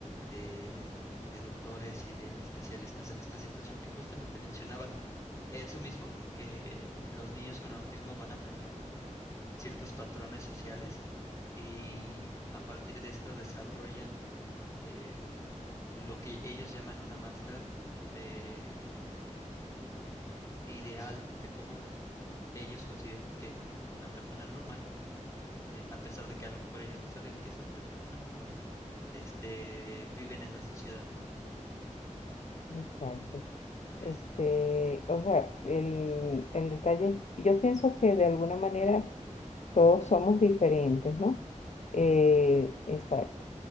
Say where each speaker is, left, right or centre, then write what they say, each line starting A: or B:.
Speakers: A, on the left; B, on the left.
A: de, de doctores y de especialistas en esta situación que justamente mencionaban eso mismo, que los niños con autismo van aprendiendo como ciertos patrones sociales y a partir de esto desarrollan eh, lo que ellos llaman una máscara de, de ideal de cómo ellos consideran que una persona normal, eh, a pesar de que a lo mejor ellos no saben que son personas anormales, este, viven en la sociedad, ¿no?
B: Exacto.
A: Es,
B: Este, o sea, el, el detalle, yo pienso que de alguna manera todos somos diferentes, ¿no? Eh,
A: ujú,
B: exacto.